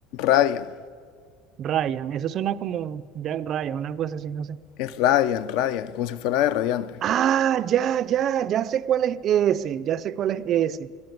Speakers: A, on the left; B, on the right.
A: Radiant.
B: Ryan. Eso suena como Jack Ryan, una cosa así, no sé.
A: Es Radiant, Radiant, como si fuera de Radiante.
B: Ah, ya, ya, ya sé cuál es ese, ya sé cuál es ese.